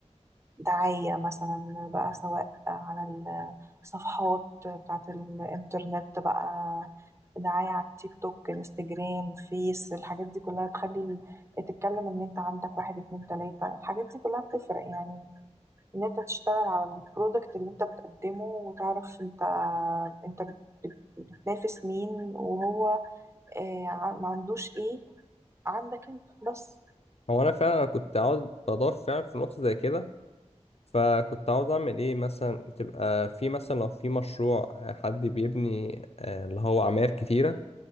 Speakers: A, on the right (about 25°); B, on the left (about 60°).
A: دعاية مثلا بقى سواء على الصفحات بتاعة الإنترنت بقى دعاية على التيك توك الانستجرام فيس الحاجات دي كلها تخلي ال- تتكلم ان انت عندك واحد اتنين تلاتة الحاجات دي كلها بتفرق يعني ان انت تشتغل على البرودكت اللي انت بتقدمه وتعرف انت انت بت- بت- بتنافس مين وهو آه، ع- ما عندوش ايه عندك انت بس
B: هو انا فعلا أنا كنت عاوز اضاف فعلا في نقطة زي كده فكنت عاوز اعمل ايه مثلا تبقى في مثلا لو في مشروع آه، حد بيبني آه، اللي هو عماير كتيرة